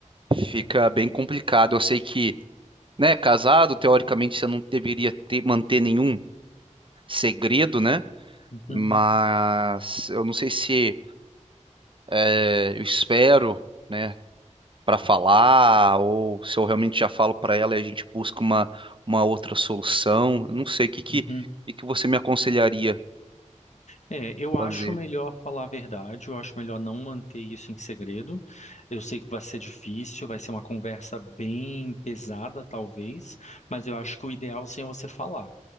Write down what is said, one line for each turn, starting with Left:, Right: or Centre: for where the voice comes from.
Right: fica bem complicado. Eu sei que, né, casado, teoricamente você não deveria ter manter nenhum segredo, né?
Left: uhum,
Right: Mas eu não sei se é, eu espero, né, para falar, ou se eu realmente já falo para ela e a gente busca uma, uma outra solução. Eu não sei, o que, que,
Left: uhum.
Right: o que que você me aconselharia
Left: É, eu acho
Right: a fazer?
Left: melhor falar a verdade, eu acho melhor não manter isso em segredo. Eu sei que vai ser difícil, vai ser uma conversa bem pesada, talvez, mas eu acho que o ideal sim é você falar.